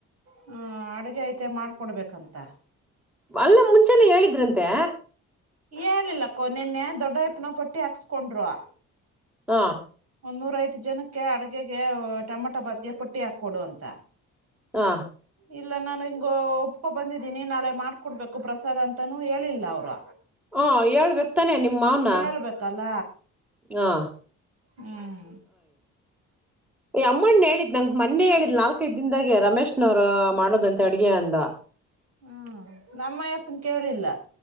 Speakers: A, on the right; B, in the centre.
A: ಹ್ಮ ಅಡುಗೆ ಐತೆ ಮಾಡ್ಕೊಡ್ಬೇಕಂತೆ
B: ಅಲ್ಲ ಮುಂಜಾನೆ ಹೇಳಿದ್ರಂತೆ
A: ಹೇಳಿಲ್ಲಕ್ಕೋ ನಿನ್ನೆ ದೊಡ್ಡಪ್ನ ಪಟ್ಟಿ ಹಾಕ್ಸ್ಕೊಂಡ್ರು
B: ಹ
A: ನೂರ ಐತ್ ಜನಕ್ಕೆ ಅಡ್ಗೆ ಟೊಮಾಟೊ ಬಾತ್ಗೆ ಪುಟ್ಟಿ ಹಾಕೊಡು ಅಂತ
B: ಹಾ
A: ಇಲ್ಲ ನಾನು ಹಿಂಗ ಒಪ್ಕೊ ಬಂದಿದ್ದೀನಿ ನಾಳೆ ಮಾಡಕೊಡ್ಬೇಕು ಪ್ರಸಾದ್ ಅಂತನೂ ಹೇಳಿಲ್ಲ ಅವರು
B: ಹ ಏಳ್ಬೇಕತಾನೆ ನಿಮ್ಮ ಅನ
A: ಹೇಳ್ಬೇಕಲ್ಲ
B: ಹಾ
A: ಹ್ಮ್
B: ಅಮ್ಮಣ್ಣ ಹೇಳಿದ್ ನಂ ಮೊನ್ನೆ ಹೇಳಿದ್ ನಾಲ್ಕೈ ದದಾಗೆ ರಮೇಶ್ನವ್ರ ಮಾಡೋದಂತೆ ಅಡ್ಗೆ ಅಂದ
A: ಹ್ಮ್ ನಮ್ಮ ಯಪ್ಪನ್ ಕೇಳಿಲ್ಲ